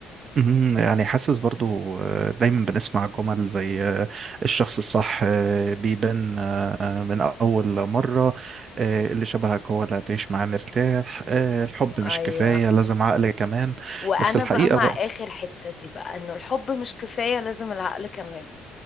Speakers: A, on the right; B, on the left.
A: مهم. يعني حاسس برضو آه، دايما بنسمع جمل زي آه، الشخص الصح آه، بيبان آه، من أول مرة آه، اللي شبهك هو اللي هتعيش معاه مرتاح آه، الحب مش
B: ايوه
A: كفاية لازم عقل كمان
B: وانا
A: بس الحقيقة
B: بقى مع
A: بقى
B: اخر حته دي بقى انه الحب مش كفايه لازم العقل كمان